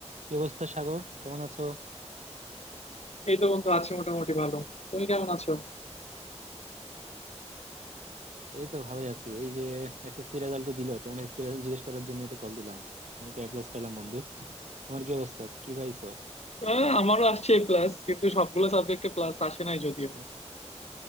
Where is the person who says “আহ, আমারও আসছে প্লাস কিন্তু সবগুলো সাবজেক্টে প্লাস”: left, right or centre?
Left